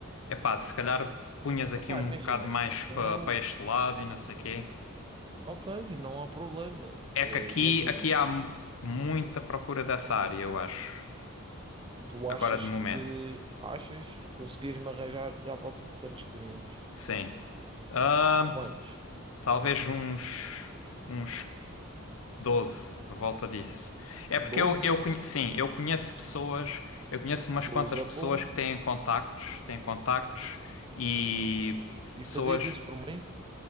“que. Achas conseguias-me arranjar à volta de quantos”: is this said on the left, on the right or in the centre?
Right